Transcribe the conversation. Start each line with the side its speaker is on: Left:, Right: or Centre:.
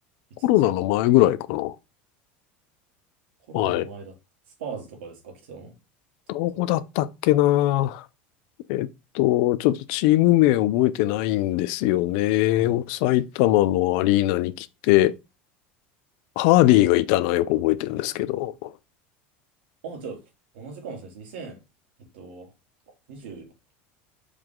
Right: いつですかね。
Left: コロナの前ぐらいかな。
Right: コロナの前だった。
Left: はい。
Right: スパーズとかですか来てたのど
Left: どこだったっけな。
Right: こだろ
Left: えっと、ちょっとチーム名覚えてないんですよね。
Right: う。はい。
Left: 埼玉のアリーナに来て、ハーディーがいたのはよく覚えてるんですけど。
Right: いたのか。あ、じゃあ、同じかもしれないです。2 0えっと、22?